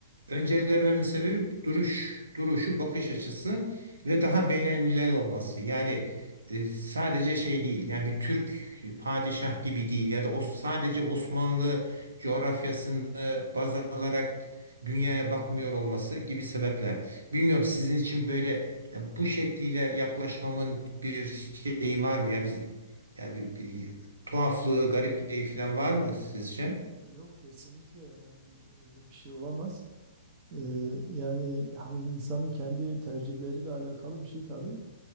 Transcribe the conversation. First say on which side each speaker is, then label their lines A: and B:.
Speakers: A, on the right; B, on the right.
A: Öncelememin sebebi duruş, duruşu, bakış açısı ve daha beynelmilel olması. Yani e, sadece şey değil yani bir Türk padişah gibi değil ya da o sadece Osmanlı coğrafyasını baz alarak dünyaya bakmıyor olması gibi sebepler. Bilmiyorum sizin için böyle ya bu şekliyle yaklaşmamın bir şeyi var mı? Yani, biz, yani bir, bir tuhaflığı, garipliği falan var mı sizce?
B: Yok kesinlikle yani öyle bir şey olamaz. Ee, yani hani insanın kendi tercihleriyle alakalı bir şey tabii.